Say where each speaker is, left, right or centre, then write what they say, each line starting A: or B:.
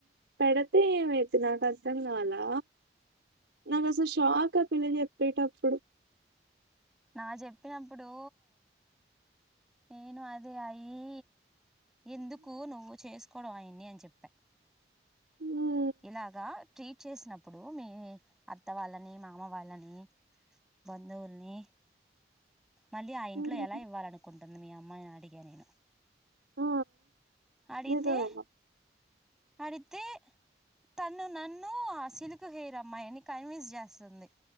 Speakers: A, on the right (about 80°); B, in the centre.
A: పెడతే ఎమ్ యిద్ది నాకు అర్థం కాలా నాకు అసలు షాక్ పిల్ల చెప్పేటప్పుడు
B: నా చెప్పినప్పుడు నేను అదే అయి ఎందుకు నువ్వు చేసుకోవడం ఆయన్ని అని చెప్పా
A: ఉ
B: ఇలాగా ట్రీట్ చేసినప్పుడు మీ అత్త వాళ్ళని మామ వాళ్ళని బంధువుల్ని మళ్ళీ ఆ ఇంట్లో
A: హ్మ్
B: ఎలా ఇవ్వాలనుకుంటుంది మీ అమ్మ అని అడిగే నేను.
A: ఆ
B: అడితే
A: నిజమేగా
B: అడితే తను నన్ను సిలుకు హెయిర్ అమ్మాయిని కన్విన్స్ చేస్తది.